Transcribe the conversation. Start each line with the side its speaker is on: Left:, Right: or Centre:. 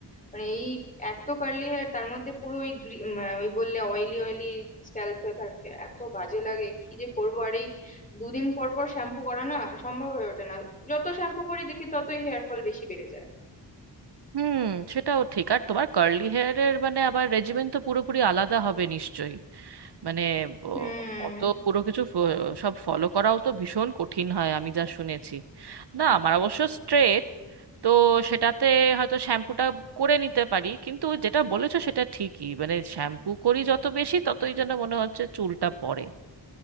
Left: মানে এই এক তো কার্লি হেয়ার তার মধ্যে পুরো ওই গ্রি- উম, আহ, ওই বললে অয়েলি অয়েলি স্ক্যাল্প হয়ে থাকে এত বাজে লাগে কি যে করবো আর এই দুদিন পর পর শ্যাম্পু করা না সম্ভব হয়ে ওঠে না যত শ্যাম্পু করি দেখি ততই হেয়ার ফল বেশি বেড়ে যায়
Right: হুম সেটাও ঠিক আর তোমার কার্লি হেয়ারের মানে আবার রেজিমেন্ট তো পুরোপুরি আলাদা হবে নিশ্চয়ই মানে ব-
Left: হুম
Right: অত পুরো কিছু ফ- সব ফলো করাও তো ভীষণ কঠিন হয় আমি যা শুনেছি না আমার অবশ্য স্ট্রেট তো সেটাতে হয়তো শ্যাম্পুটা করে নিতে পারি কিন্তু যেটা বলেছো সেটা ঠিকই মানে শ্যাম্পু করি যত বেশি ততই যেন মনে হচ্ছে চুলটা পড়ে